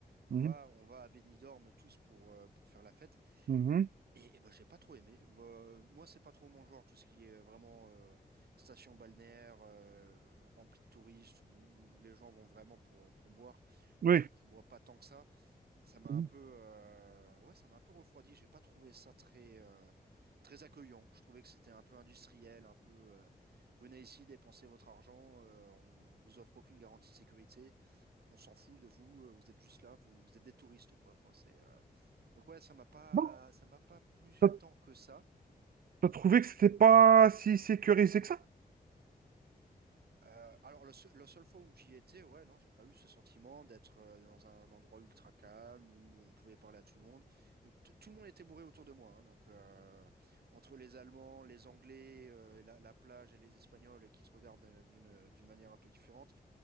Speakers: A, on the right; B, on the right.
A: On
B: Mhm.
A: va, on va à Benidorm tous pour, euh, pour faire la fête.
B: Mhm.
A: Et, et bah, j'ai pas trop aimé. Euh, moi, c'est pas trop mon genre, tout ce qui est vraiment euh, station balnéaire, euh, remplie de touristes, où, où les gens vont vraiment pour, euh, pour boire.
B: Oui.
A: Je, je bois pas tant que ça. Ça m'a
B: Mhm.
A: un peu, euh, ouais, ça m'a un peu refroidi. J'ai pas trouvé ça très, euh, très accueillant. Je trouvais que c'était un peu industriel, un peu, euh, venez ici, dépensez votre argent, euh, on vous offre aucune garantie de sécurité, on s'en fout de vous, euh, vous êtes juste là, vous, vous êtes des touristes, quoi. Enfin, c'est, euh, donc ouais, ça m'a pas,
B: Bon.
A: ça m'a pas plu
B: T'as
A: tant que ça.
B: t'as trouvé que c'était pas si sécurisé que ça?
A: Euh, alors, la, seu- la seule fois où j'y étais, ouais, non, j'ai pas eu ce sentiment d'être euh, dans un endroit ultra calme où on pouvait parler à tout le monde. Euh, t- Tout le monde était bourré autour de moi, hein, donc euh, entre les Allemands, les Anglais, euh, la, la plage et les Espagnols qui te regardent euh, d'une d'une manière un peu différente.